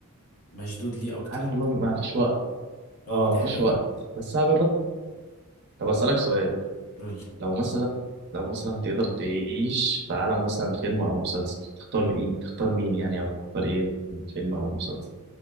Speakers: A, on the left; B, on the right.
A: مشدود ليه اكتر
B: عارف اللي هو ما فيش وقت
A: اه
B: أه
A: دي
B: ما
A: اه
B: فيش
A: حقيقه
B: وقت بس أنا بالرغم طب أسألك سؤال
A: قول لي
B: لو مثلا لو مثلا تقدر تعيش في عالم مثلا فيلم او مسلسل تختار مين تختار مين يعني او تختار ايه فيلم او مسلسل